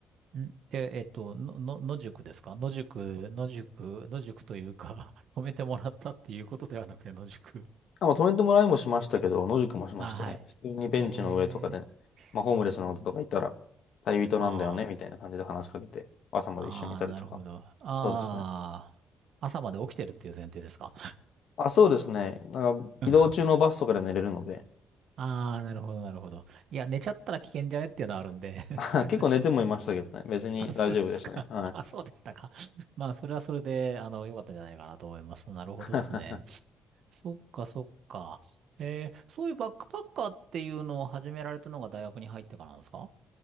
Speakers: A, on the right; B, on the left.
A: え、んで、えっと、の、の、野宿ですか野宿、野宿、野宿というか、<laughs> 止めてもらったっていうことではなくて、野宿。
B: あ、まあ、止めてもらいもしましたけど、野宿もしましたね。
A: あ、はい。
B: 普通にベンチの上とかで、
A: え
B: まあ、ホームレスの方とかいたら、
A: え、ん
B: 旅人なんだよね、
A: ああ、
B: みたいな感じで話しかけて、朝まで一緒にいたりとか。
A: ああ、なるほど。ああ、
B: そうですね。
A: 朝まで起きてるっていう前提ですか。
B: あ、そうですね。なんか、
A: <laughs>
B: 移動中のバスとかで寝れるので、
A: ああ、なるほど、なるほど。いや、寝ちゃったら危険じゃねっていうのはあるんで
B: <laughs>
A: <laughs>
B: 結構寝てもいましたけどね。別に大丈夫でしたね。
A: あ、そうですか。
B: はい。
A: <laughs> あ、そうでしたか。<laughs> まあ、それはそれで、あの、良かったんじゃないかなと思います。なるほどっすね。
B: <laughs>
A: そっか、そっか。えー、そういうバックパッカーっていうのを始められたのが大学に入ってからなんですか